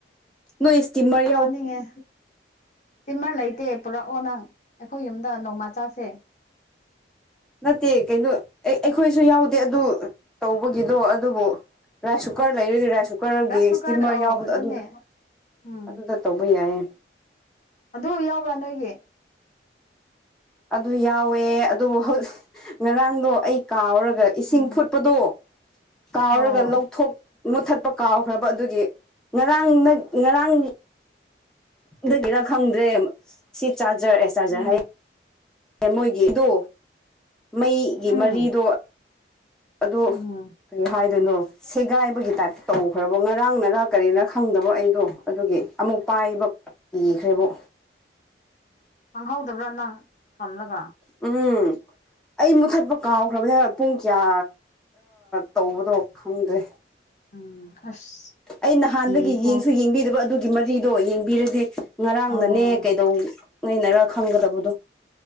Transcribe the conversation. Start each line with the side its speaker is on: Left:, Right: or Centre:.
Centre: ꯅꯣꯏ ꯁ꯭ꯇꯤꯃꯔ
Left: ꯆꯥꯅꯤꯡꯉꯦ ꯁ꯭ꯇꯤꯝꯃꯔ ꯂꯩꯇꯦ ꯄꯨꯔꯛꯑꯣ ꯅꯪ ꯑꯩꯈꯣꯏ ꯌꯨꯝꯗ ꯅꯣꯡꯃ ꯆꯥꯁꯦ
Centre: ꯅꯠꯇꯦ ꯀꯩꯅꯣ ꯑꯦ ꯑꯩꯈꯣꯏꯁꯨ ꯌꯥꯎꯗꯦ ꯑꯗꯨ ꯇꯧꯕꯒꯤꯗꯣ ꯑꯗꯨꯕꯨ ꯔꯥꯏꯁ ꯀꯨꯀꯔ ꯂꯩꯔꯗꯤ ꯔꯥꯏꯁ ꯀꯨꯀꯔꯒꯤ
Left: ꯔꯥꯏꯁ ꯀꯨꯀꯔ
Centre: ꯁ꯭ꯇꯤꯝꯃꯔ
Left: ꯑꯧ
Centre: ꯌꯥꯎꯕꯗꯣ
Left: ꯑꯗꯨꯅꯦ
Centre: ꯑꯗꯨꯗ
Left: ꯎꯝ
Centre: ꯑꯗꯨꯗ ꯇꯧꯕ ꯌꯥꯏꯌꯦ
Left: ꯑꯗꯨ ꯌꯥꯎꯕ꯭ꯔ ꯅꯣꯏꯒꯤ
Centre: ꯑꯗꯨ ꯌꯥꯎꯋꯦ ꯑꯗꯨꯕꯨ ꯍꯧꯖꯤꯛ ꯉꯔꯥꯡꯗꯣ ꯑꯩ ꯀꯥꯎꯔꯒ ꯑꯗꯨꯒ ꯏꯁꯤꯡ
Left: ꯎꯝ
Centre: ꯐꯨꯠꯄꯗꯣ ꯀꯥꯎꯔꯒ
Left: ꯑꯣ
Centre: ꯂꯧꯊꯣꯛ ꯃꯨꯊꯠꯄ ꯀꯥꯎꯈ꯭ꯔꯕ ꯑꯗꯨꯒꯤ ꯉꯔꯥꯡ ꯉꯔꯥꯡ ꯑꯗꯨꯒꯤꯔ ꯈꯪꯗ꯭ꯔꯦ ꯁꯤ ꯆꯥꯔꯖꯔ ꯑꯦ ꯆꯥꯔꯖꯔ
Left: ꯎꯝ
Centre: ꯍꯥꯏꯌꯦ ꯃꯣꯏꯒꯤ ꯑꯗꯣ ꯃꯩꯒꯤ
Left: ꯎꯝ
Centre: ꯃꯔꯤꯗꯣ ꯑꯗꯣ
Left: ꯎꯝ
Centre: ꯀꯔꯤ ꯍꯥꯏꯗꯣꯏꯅꯣ ꯁꯦꯒꯥꯏꯕꯒꯤ ꯇꯥꯏꯞꯇ ꯇꯧꯈ꯭ꯔꯕ ꯉꯔꯥꯡ ꯅꯔ ꯀꯔꯤꯅꯔ ꯈꯪꯗꯕ ꯑꯩꯗꯣ ꯑꯗꯨꯒꯤ ꯑꯃꯨꯛ ꯄꯥꯏꯕ ꯀꯤꯈ꯭ꯔꯦꯕꯣ
Left: ꯈꯪꯍꯧꯗꯕ꯭ꯔꯥ ꯅꯪ ꯊꯝꯂꯒ
Centre: ꯎꯝ ꯑꯩ ꯃꯨꯊꯠꯄ ꯀꯥꯎꯈ꯭ꯔꯕꯅꯤꯅ ꯄꯨꯡ ꯀꯌꯥ ꯇꯧꯕꯗꯣ ꯈꯪꯗ꯭ꯔꯦ
Left: ꯎꯝ ꯑꯁ
Centre: ꯑꯩ ꯅꯍꯥꯟꯗꯒꯤ
Left: ꯀꯤꯀꯣ
Centre: ꯌꯦꯡꯁꯨ ꯌꯦꯡꯕꯤꯗꯕ ꯑꯗꯨꯒꯤ ꯃꯔꯤꯗꯣ ꯌꯦꯡꯕꯤꯔꯗꯤ ꯉꯔꯥꯡꯅꯅꯦ
Left: ꯑꯣ
Centre: ꯀꯩꯗꯧ ꯅꯩꯅꯔ ꯈꯪꯒꯗꯕꯗꯣ